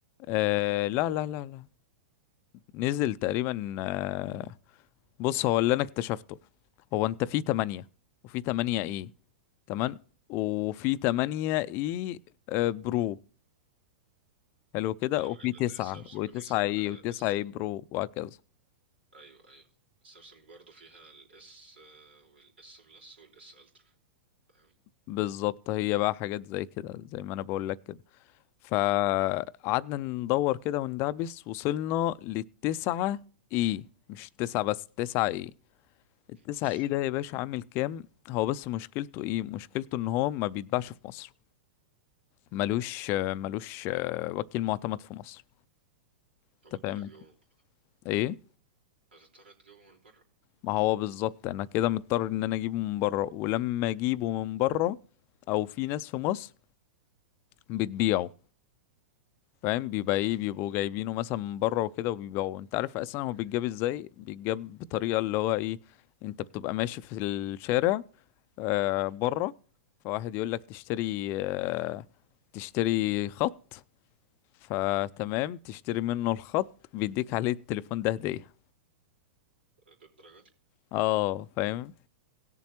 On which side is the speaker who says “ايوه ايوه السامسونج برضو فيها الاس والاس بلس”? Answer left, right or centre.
Right